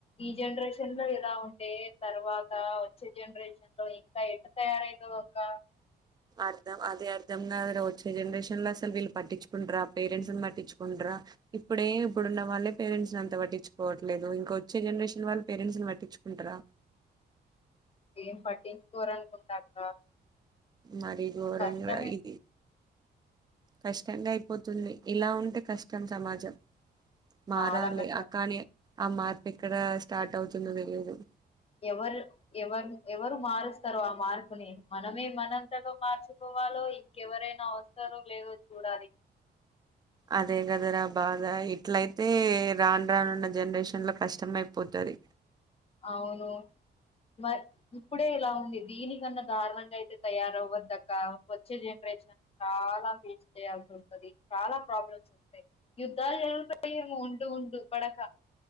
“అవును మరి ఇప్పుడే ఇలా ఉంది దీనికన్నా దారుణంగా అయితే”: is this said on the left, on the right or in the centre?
Left